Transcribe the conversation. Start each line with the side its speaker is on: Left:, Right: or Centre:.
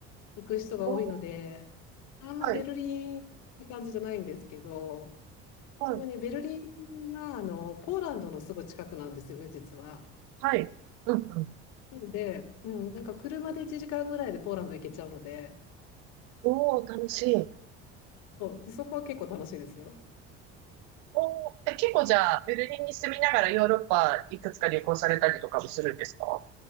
Left: 行く人が多いので、
Right: おー、
Left: あんまベルリンって感じじゃないんですけど、
Right: はい。はい。
Left: でもね、ベルリンはあのポーランドのすぐ近くなんですよね、実は。
Right: はい。うんうん。
Left: なので、うん、なんか車で1時間ぐらいでポーランド行けちゃうので、
Right: おー、楽しい。
Left: そう、そこは結構楽しいですよ。
Right: おー、え、結構じゃあ、ベルリンに住みながらヨーロッパいくつか旅行されたりとかもするんですか